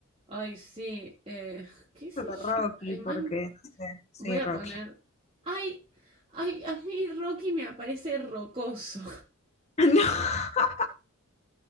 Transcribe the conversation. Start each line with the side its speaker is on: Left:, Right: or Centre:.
Right: Ay, sí. eh, ¿Qué sé
Left: <laughs> de
Right: yo?
Left: Rocky,
Right: Ay,
Left: porque,
Right: man,
Left: no sé, sí,
Right: voy a
Left: Rocky.
Right: poner... Ay, ay, a mí Rocky me aparece rocoso.
Left: <laughs>